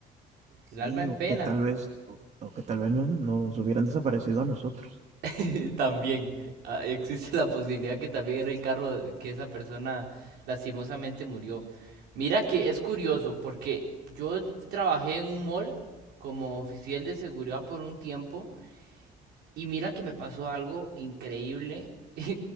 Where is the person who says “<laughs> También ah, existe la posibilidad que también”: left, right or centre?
Right